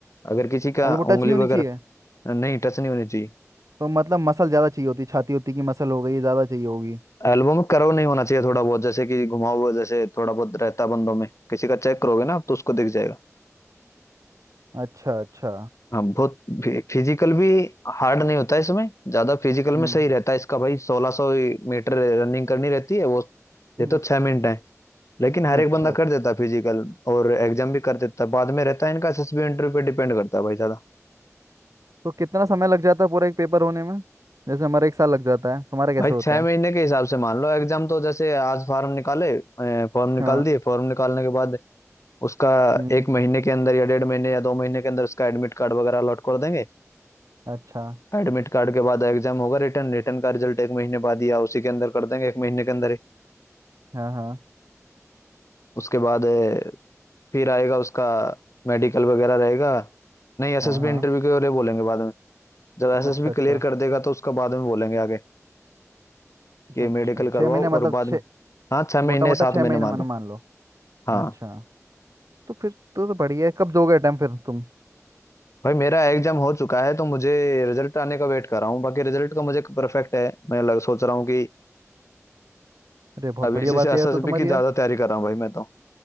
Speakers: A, on the left; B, on the right.
A: अगर किसी का
B: एल्बो टच
A: उंगली
B: नहीं होनी
A: वगैरह
B: चाहिए
A: नहीं टच नहीं होनी चाहिए
B: तो मतलब मसल ज़्यादा चाहिए होती छाती होती की मसल हो गई ये ज़्यादा चाहिए होगी
A: एल्बम में कर्व नहीं होना चाहिए थोड़ा बहुत जैसे कि घुमाओ हुआ जैसे थोड़ा बहुत रहता बंदों में किसी का चेक करोगे ना आप तो उसको दिख जाएगा
B: अच्छा अच्छा
A: हाँ बहुत फिजिकल भी हार्ड नहीं होता है इसमें ज्यादा फिजिकल
B: हम्म
A: में सही रहता है इसका भाई सोलह सौ मीटर रनिंग करनी रहती है वो
B: हम्म,
A: ये तो छह मिनट है लेकिन हर
B: अच्छा
A: एक बंदा कर देता है फिजिकल और एग्जाम भी कर देता है बाद में रहता है इनका एसएसबी इंटरव्यू पे डिपेंड करता है भाई ज्यादा
B: तो कितना समय लग जाता है पूरा एक पेपर होने में जैसे हमारा एक साल लग जाता है तुम्हारा कैसे
A: भाई
B: होता
A: छह
B: है
A: महीने के हिसाब से मान लो एग्जाम तो जैसे आज फॉर्म निकाले फॉर्म निकाल
B: हाँ
A: दिए फॉर्म निकालने के बाद उसका
B: हम्म
A: एक महीने के अंदर या डेढ़ महीने या दो महीने के अंदर उसका एडमिट कार्ड वगैरह अलॉट कर देंगे
B: अच्छा
A: एडमिट कार्ड के बाद एग्जाम होगा रिटर्न रिटर्न का रिजल्ट एक महीने बाद या उसी के अंदर कर देंगे एक महीने के अंदर ही
B: हाँ हाँ
A: उसके बाद अ, फिर आएगा उसका मेडिकल वगैरह रहेगा नहीं एसएसबी
B: हाँ हाँ
A: इंटरव्यू के लिए बोलेंगे बाद में जब एसएसबी
B: अच्छा
A: क्लियर
B: अच्छा
A: कर देगा तो उसका बाद में बोलेंगे आगे कि
B: अच्छा
A: मेडिकल करवाओ
B: छः महीने मतलब
A: और बाद
B: छः
A: में हाँ छह महीने
B: मोटा मोटा
A: सात
B: छः
A: महीने
B: महीने
A: मान
B: मैंने
A: लो
B: मान लो
A: हाँ
B: अच्छा तो फिर तो, तो बढ़िया है कब दोगे अटेम्प्ट फिर तुम
A: भाई मेरा एग्जाम हो चुका है तो मुझे रिजल्ट आने का वेट कर रहा हूँ बाकी रिजल्ट का मुझे परफेक्ट है मैं लग सोच रहा हूँ कि
B: अरे बहुत
A: अभी
B: बढ़िया
A: इसी
B: बात
A: से एसएसबी
B: है यार तो तुम्हारी
A: की ज्यादा
B: यार
A: तैयारी कर रहा हूँ भाई मैं तो